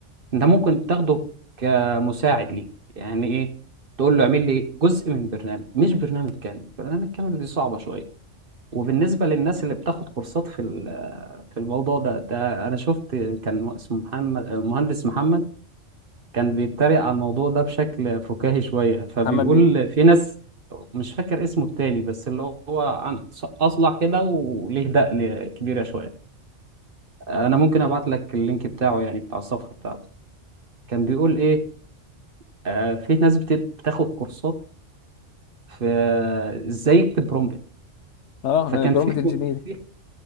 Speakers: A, on the right (about 50°); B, on the left (about 70°).
A: انت ممكن تاخده كمساعد ليه يعني ايه تقول له اعمل لي جزء من برنامج مش برنامج كامل برنامج كامل دي صعبه شويه وبالنسبه للناس اللي بتاخد كورسات في ال- آه، في الموضوع ده ده انا شفت كان اسمه محمد مهندس محمد كان بيتريق على الموضوع ده بشكل فكاهي شوية فبيقول
B: محمد مين
A: في ناس مش فاكر اسمه التاني بس اللي هو عن أصلع كده وليه دقن كبيرة شوية أنا ممكن أبعت لك اللينك بتاعه يعني بتاع الصفحة بتاعته كان بيقول إيه آه في ناس بت- بتاخد كورسات في إزاي يكتب برومبت
B: اه
A: فكان
B: برومت
A: في
B: انجينير
A: في-